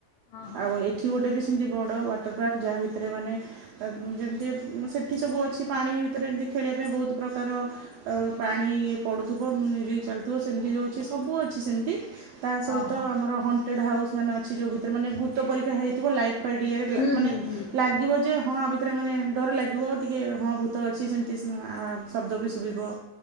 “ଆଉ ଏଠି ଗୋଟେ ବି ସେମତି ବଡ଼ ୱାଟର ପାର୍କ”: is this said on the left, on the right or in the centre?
Right